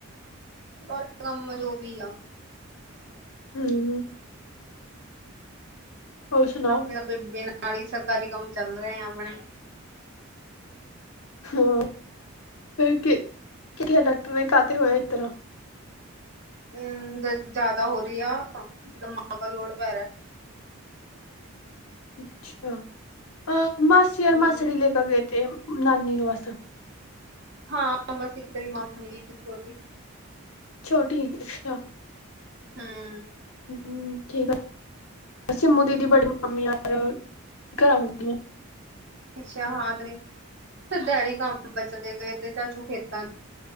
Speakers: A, on the right; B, on the left.
A: ਪਰ ਕੰਮ ਜੋ ਵੀ ਆ,
B: ਹੂੰ। ਹੋਰ ਸੁਣਾਓ
A: ਆਪਣੀ ਤਾਂ ਬੀਬੇ ਨਾਲ ਹੀ ਸਰਕਾਰੀ ਕੰਮ ਚੱਲ ਰਹੇ ਆ ਆਪਣੇ।
B: ਹਾਂ ਫਿਰ ਥੇ ਡਾਕਟਰ ਨੇ ਘਰ ਤੇ ਹੋਇਆ ਇਸ ਤਰ੍ਹਾਂ।
A: ਹੂੰ, ਜ਼ਿਆਦਾ ਹੋ ਰਹੀ ਆ, ਦਿਮਾਗ ਦਾ ਲੋੜ ਪੈ ਰਿਹਾ।
B: ਅੱਛਾ, ਅਹ ਮਾਸੀ ਔਰ
A: ਹਮ,
B: ਮਾਸੜੀ ਲੇ ਕੇ ਗਏ ਤੇ ਨਾਨੀ ਨੂੰ ਬਸ।
A: ਹਾਂ ਬਸ ਇੱਕ ਤੇਰੀ ਮੰਮੀਲੀ ਤੇ ਛੋਟੀ
B: ਛੋਟੀ, ਆਹ
A: ਹਮ
B: ਹਮ ਠੀਕ ਆ ਸਿਮੂ ਦੀਦੀ ਬੜੀ ਮਾਮੀ ਯਾਰ ਕਰਾਂਗੀ।
A: ਛਿਆ ਹਾਂ ਨ ਡੈਡੀ ਕੰਮ ਚਲੇ ਗਏ ਤੇ ਚ ਚ ਖੇਤਾਂ 'ਚ